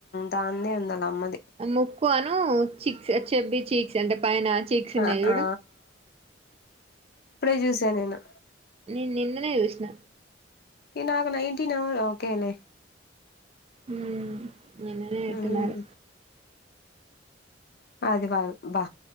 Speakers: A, on the left; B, on the right.
A: దాన్దె ఉంది వాళ్ళ అమ్మది
B: ముక్కు అను చిక్స్ చెబ్బీ చిక్స్ అంటే పైన చీక్స్ ఉన్నాయి
A: అ
B: చూడు
A: ఆ ఇప్పుడే చూసా నేను
B: నే న్ నిన్ననే చూసిన
A: ఇందాక నైన్టీన్ ఓకే లె
B: ఉమ్ నిన్ననే
A: హ్మ్
B: ఎత్తినారు
A: ఆదివారం బా